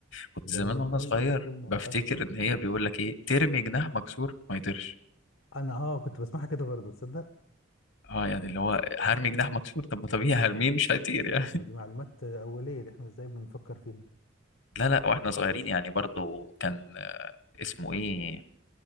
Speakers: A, on the left; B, on the left.
A: كنت
B: جمد
A: زمان وانا
B: قلبك
A: صغير
B: كل ما
A: بفتكر
B: تخافش
A: ان هي بيقول لك ايه ترمي جناح مكسور ما يطيرش
B: أنا اه كنت بسمعها كده برضه تصدق
A: اه يعني اللي هو هرمي جناح مكسور طب ما طبيعي هرميه مش هيطير يعني
B: ما دي معلومات أولية دي احنا ازاي بنفكر فيها
A: <laughs> لا لا واحنا صغيرين يعني برضو كان آه، اسمه ايه